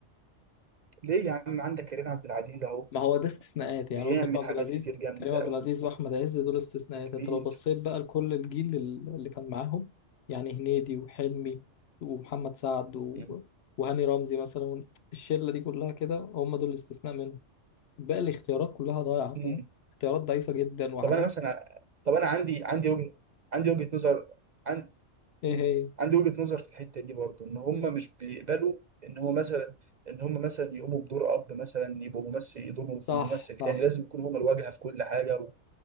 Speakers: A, on the right (about 50°); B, on the left (about 65°).
A: ليه يا عم عندك كريم عبد العزيز اهو
B: ما هو ده استثناءات يعني
A: بيعمل
B: هو كريم عبد
A: حاجات
B: العزيز
A: كتير جامده
B: كريم عبد
A: قوي
B: العزيز واحمد عز دول استثناءات
A: وكبير
B: انت لو بصيت بقى لكل الجيل ال- اللي كان معاهم يعني هنيدي وحلمي ومحمد سعد و...
A: مم.
B: وهاني رمزي مثلا الشله دي كلها كده هم دول الاستثناء منهم باقي الاختيارات كلها ضايعه فاهم
A: مم.
B: اختيارات ضعيفه جدا وحاجات
A: طب انا مثلا طب انا عندي عندي وجهة عندي وجهة نظر عن...
B: ايه
A: مم.
B: هي
A: عندي وجهة نظر في الحتة دي برضو ان هم مش بيقبلوا ان هو مثلا ان هم مثلا يقوموا بدور اب مثلا يبقوا ممثل يدورهم
B: صح
A: في ممثل
B: صح
A: تاني لازم يكونوا هم الواجهة في كل حاجة و-